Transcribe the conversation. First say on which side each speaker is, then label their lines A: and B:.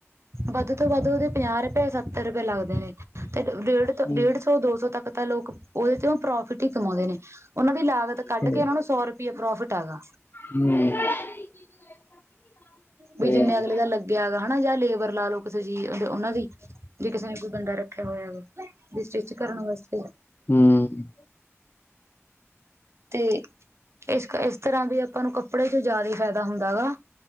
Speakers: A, on the right (about 65°); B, on the left (about 45°).
A: ਵੱਧ ਤੋਂ ਵੱਧ ਉਹਦੇ ਪੰਜਾਹ ਰੁਪਏ ਸੱਤਰ ਰੁਪਏ ਲੱਗਦੇ ਨੇ ਤੇ ਡੇਢ ਤੋਂ
B: ਹੂੰ
A: ਡੇਢ ਸੌ ਦੋ ਸੌ ਤੱਕ ਪਤਾ ਲੋਕ ਉਹਦੇ ਤੇ ਉਹ ਪ੍ਰੋਫਿਟ ਹੀ ਕਮਾਉਂਦੇ ਨੇ ਉਹਨਾਂ ਦੀ ਲਾਗਤ ਕੱਢ
B: ਸਹੀ
A: ਕੇ ਇਹਨਾਂ ਨੂੰ ਸੌ ਰੁਪਇਆ ਪ੍ਰੋਫਿਟ ਹੈਗਾ।
B: ਹੂੰ। ਹੂੰ ਹੂੰ ਹੂੰ ਸਹੀ
A: ਬਿਜਨਸ
B: ਹੈ ਹੂੰ
A: ਅਗਲੇ ਦਾ ਲੱਗਿਆਗਾ ਹੈਗਾ ਹੈਂਨਾ ਯਾ ਲੇਬਰ ਲਾਲਓ ਕੇ ਚੀਜ ਉਹਨਾਂ ਦੀ। ਜੇ ਕਿਸੇ ਨੇ ਕੋਈ ਬੰਦਾ ਰੱਖਿਆ ਹੋਇਆ ਤੇ ਜੇ ਸਟਿਚ ਕਰਨ ਵਾਸਤੇ।
B: ਹੂੰ।
A: ਤੇ ਇਸ-ਇਸ ਤਰ੍ਹਾਂ ਵੀ ਆਪਾਂ ਨੂੰ ਕੱਪੜੇ ਚ ਜ਼ਿਆਦਾ ਹੀ ਫਾਇਦਾ ਹੁੰਦਾਗਾ।